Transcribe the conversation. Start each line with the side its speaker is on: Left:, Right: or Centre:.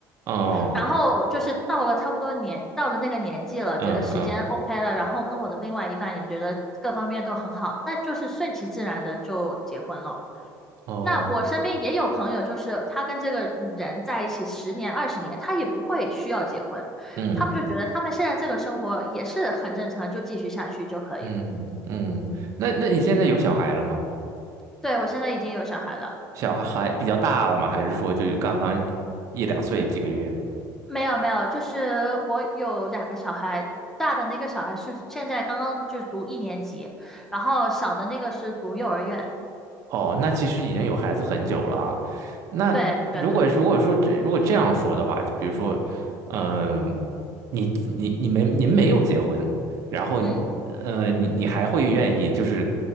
Right: 嗯
Centre: 然后就是到了差不多年，到了那个年纪了，
Right: 嗯嗯，
Centre: 觉得时间 OK 了，然后跟我的另外一半也觉得各方面都很好，那就是顺其自然的就结婚了。
Right: 哦，
Centre: 那我身边也有朋友，就是他跟这个人在一起十年、二十年，他也不会需要结婚，
Right: 嗯。
Centre: 他们就觉得他们现在这个生活也是很正常，就继续下去就可以了。
Right: 嗯嗯，那那你现在有小孩了吗？
Centre: 对，我现在已经有小孩了，
Right: 小孩比较大了吗？还是说就刚刚一两岁几个月？
Centre: 没有没有，就是我有两个小孩，大的那个小孩是现在刚刚就读一年级，然后小的那个是读幼儿园。
Right: 哦，那其实已经有孩子很久了啊。那如果如果说这如果这样说的话，
Centre: 对对对，
Right: 就比如说，嗯、你你你没您没有结婚，然后呃，
Centre: 嗯。
Right: 你你还会愿意就是